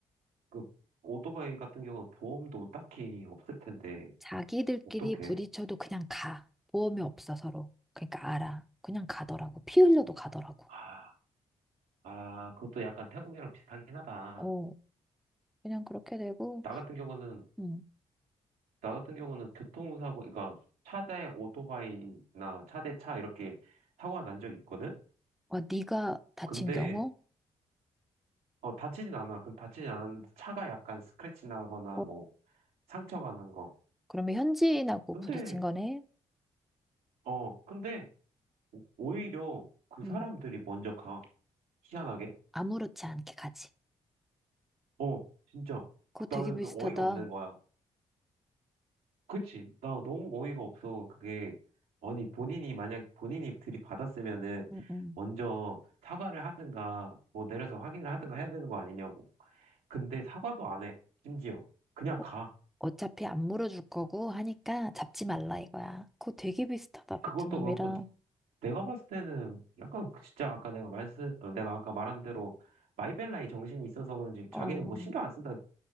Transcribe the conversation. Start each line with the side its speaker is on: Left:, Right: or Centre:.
Right: 그, 오토바이 같은 경우는 보험도 딱히 없을 텐데,
Centre: 자기들끼리
Right: 어떡해?
Centre: 부딪혀도 그냥 가. 보험이 없어 서로. 그러니까 알아. 그냥 가더라고. 피 흘려도 가더라고.
Right: 아, 아, 그것도 약간 태국이랑 비슷하긴 하다.
Centre: 어, 그냥 그렇게 되고
Right: 나 같은 경우는,
Centre: 음.
Right: 나 같은 경우는 교통사고, 그러니까 차 대 오토바이나 차 대 차 이렇게 사고가 난 적이 있거든?
Centre: 어, 네가 다친
Right: 근데,
Centre: 경우?
Right: 어, 다치진 않아. 그 다치진 않았는데, 차가 약간 스크래치 나거나,
Centre: 어,
Right: 뭐, 상처가 난 거.
Centre: 그러면 현지인하고
Right: 근데,
Centre: 부딪힌 거네?
Right: 어, 근데, 오- 오히려 그
Centre: 응,
Right: 사람들이 먼저 가. 희한하게.
Centre: 아무렇지 않게 가지.
Right: 어, 진짜.
Centre: 그거
Right: 나는
Centre: 되게 비슷하다.
Right: 그 어이가 없는 거야. 그치? 나 너무 어이가 없어. 그게, 아니, 본인이 만약 본인이 들이받았으면은
Centre: 응, 응.
Right: 먼저 사과를 하든가, 뭐 내려서 확인을 하든가 해야 되는 거 아니냐고. 근데 사과도 안 해. 심지어. 그냥
Centre: 어,
Right: 가.
Centre: 어차피 안 물어줄 거고 하니까 잡지 말라 이거야. 그거 되게 비슷하다,
Right: 그것도
Centre: 베트남이랑.
Right: 그렇고, 내가 봤을 때는 약간 그 진짜 아까 내가 말씀, 어, 내가 아까 말한 대로 마이벨라의 정신이 있어서 그런지 자기는
Centre: 어,
Right: 뭐 신경 안 쓴다.